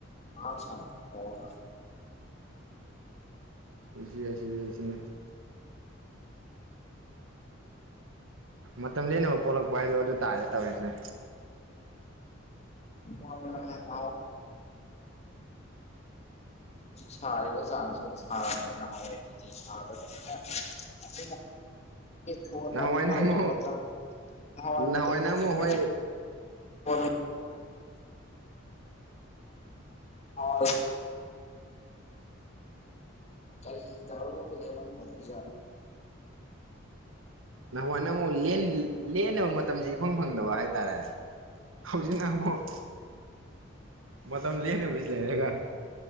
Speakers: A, on the left (about 35°); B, on the right (about 80°).
A: ꯃꯥꯁ ꯇꯔ
B: ꯖꯤ ꯌꯥꯁꯤꯖꯁꯤꯅ ꯃꯇꯝ ꯂꯦꯅꯕ ꯄꯣꯛꯂꯛꯄ ꯍꯥꯏꯗꯣ ꯑꯗꯨ ꯇꯥꯔꯦ ꯇꯧꯔꯤꯁꯦ꯫
A: <unintelligible> ꯁꯔꯦꯗ ꯆꯥꯟꯁ ꯁ ꯃꯅ ꯍꯥꯏ <unintelligible> ꯐ
B: ꯅꯍꯥꯟꯋꯥꯏꯅ
A: ꯐ ꯂꯎꯁ
B: ꯑꯃꯨꯛ
A: ꯃ ꯃꯇꯝ ꯍꯋꯥ
B: ꯅꯍꯥꯟꯋꯥꯏꯅ
A: ꯃꯇꯝꯗꯨꯗꯤꯃꯦ꯫
B: ꯑꯃꯨꯛ ꯍꯣꯏ
A: <unintelligible> ꯍ ꯐ ꯀ ꯊꯔ ꯂꯧꯧꯕꯗꯦꯅꯤꯖ
B: ꯅꯍꯋꯥꯏ ꯅ ꯑꯃꯨꯛ ꯂꯦꯟꯅꯕ ꯃꯇꯝꯁꯤꯦ ꯏꯐꯪ ꯐꯪꯗꯕ ꯍꯥꯏꯇꯥꯔꯦ꯫ ꯍꯧꯖꯤꯛꯅ ꯑꯃꯛ ꯃ ꯃꯇꯝ ꯂꯅ ꯄꯁ ꯂꯩꯔꯦꯒ ꯃ